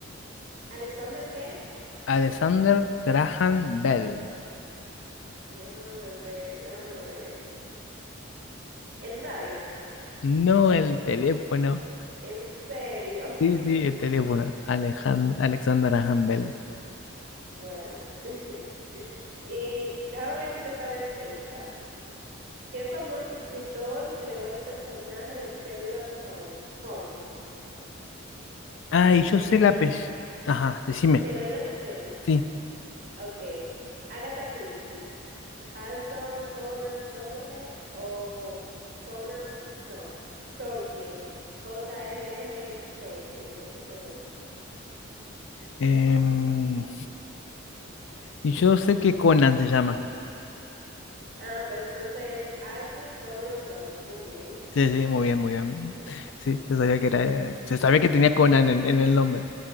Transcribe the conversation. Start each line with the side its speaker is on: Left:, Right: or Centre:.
Right: ¿Alexander qué?
Left: Alexander Graham Bell.
Right: Déjame ver, déjame ver. ¿El radio?
Left: No el teléfono.
Right: En serio.
Left: Sí,
Right: <laughs>
Left: sí, el teléfono. Alejand- Alexander Graham Bell.
Right: bueno. <laughs> y déjame ver si te sabes esta. ¿Qué famoso escritor creó el personaje de Sherlock Holm- Holmes?
Left: Ah, y yo sé
Right: Eh,
Left: la apellido. Ajá, decime.
Right: te doy las opciones.
Left: Sí.
Right: Ok. Agatha Christie, Arthur Conan Doyle o Conan, no, Tolkien. J R R Tolkien, no sé cómo.
Left: em, y yo sé que Conan se llama.
Right: Ah, pues entonces Arthur Conan Doyle, muy bien.
Left: Sí, sí, muy bien, muy bien. Sí, yo sabía que era, yo sabía que tenía Conan en, en el nombre.